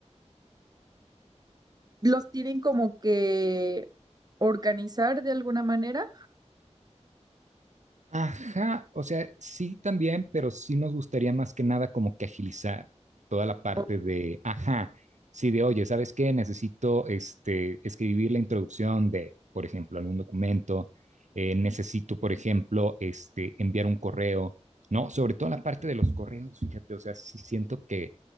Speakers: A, on the right (about 35°); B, on the right (about 85°).
A: ¿los tienen como que organizar de alguna manera?
B: Ajá, o sea, sí también, pero sí nos gustaría más que nada como que agilizar toda la parte
A: O-
B: de, ajá, sí de, oye, ¿sabes qué? Necesito este, escribir la introducción de, por ejemplo, algún documento, eh, necesito, por ejemplo, este, enviar un correo, ¿no? Sobre todo la parte de los correos, fíjate, o sea, sí siento que,